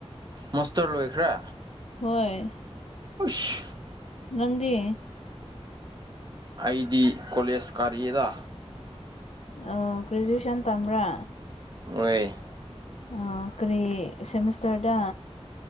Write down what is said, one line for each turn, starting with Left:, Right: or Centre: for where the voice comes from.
Right: ꯃꯥꯁꯇꯔ ꯂꯣꯏꯈ꯭ꯔꯦ꯫
Left: ꯍꯣꯏ
Right: ꯑꯩꯁ
Left: ꯅꯪꯗꯤ?
Right: ꯑꯩꯗꯤ ꯀꯣꯂꯦꯖ ꯀꯥꯔꯤ ꯑꯦꯗ꯫
Left: ꯑꯣ ꯒ꯭ꯔꯦꯖꯨꯌꯦꯁꯟ ꯇꯝꯕ꯭ꯔꯥ?
Right: ꯑꯣꯏ
Left: ꯑꯣ ꯀꯔꯤ ꯁꯦꯃꯤꯁꯇꯔꯗꯥ?